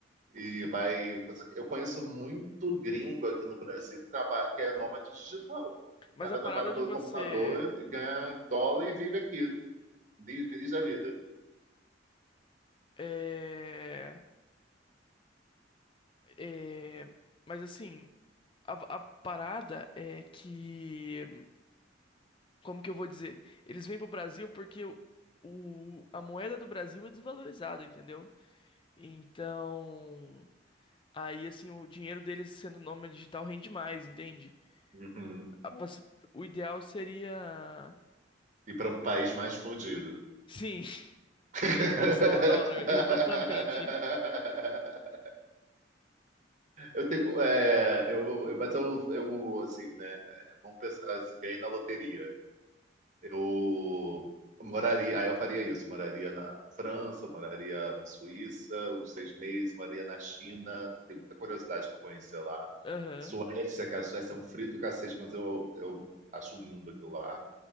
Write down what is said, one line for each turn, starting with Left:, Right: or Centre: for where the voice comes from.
Right: e vai. coisa- Eu conheço muito gringo aqui no Brasil que, traba... que é nômade digital. O
Left: Mas
Right: cara
Left: a parada
Right: trabalha pelo
Left: de você.
Right: computador, ganha dólar e vive aqui, de- feliz da vida.
Left: É. É. Mas assim. A, a parada é que, como que eu vou dizer? Eles vêm pro Brasil porque o, o- a moeda do Brasil é desvalorizada, entendeu? Então, aí assim, o dinheiro deles sendo nômade digital rende mais, entende?
Right: Uhum.
Left: A- você- O ideal seria,
Right: E para um país mais fodido.
Left: sim,
Right: <laughs>
Left: <laughs> em relação ao dólar, <laughs> exatamente.
Right: Eu tenho. É, eu, eu- mas eu, eu, assim, né? é, Vamos pensar se ganhei na loteria. Eu moraria. Aí eu faria isso. Moraria na França, moraria na Suíça, uns seis meses, moraria na China. Tenho muita curiosidade para conhecer lá.
Left: Aham.
Right: Suécia, que a Suécia é um frio do cacete, mas eu, eu acho lindo aquilo lá.